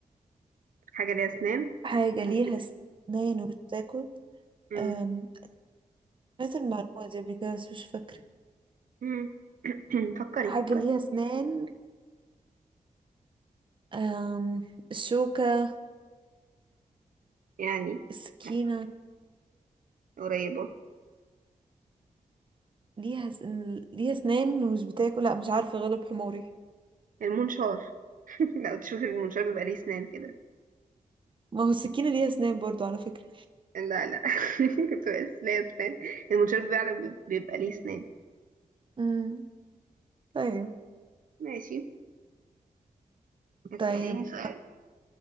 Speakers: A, on the right; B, on the right.
A: حاجه ليها اسنان
B: حاجة
A: ومش
B: ليها
A: بت...
B: سنان وبتاكل
A: مم.
B: أم، سمعت المعلومة دي قبل كده بس مش فاكرة
A: مم. <clears throat> فكري
B: حاجة
A: فكري
B: ليها سنان أم... الشوكة
A: يعني
B: السكينة
A: لا قريبه
B: ليها س... ليها اسنان ومش بتاكل لا مش عارفة غلب حماري
A: المنشار <laughs> لو تشوفي المنشار بيبقى ليه اسنان كده
B: ما هو السكينة ليها اسنان برضو على فكرة
A: لا لا <laughs> كنت بس ليه اسنان المنشار فعلا بيبقى ليه اسنان
B: امم طيب
A: ماشي هتسأليني
B: طيب
A: سؤال